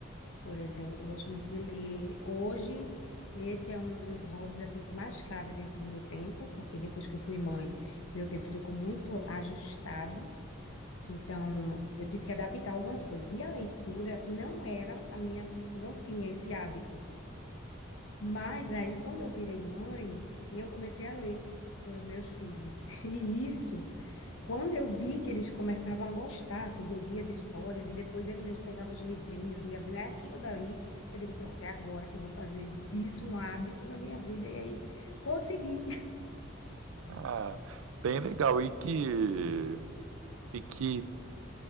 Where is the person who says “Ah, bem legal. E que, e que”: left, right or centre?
Right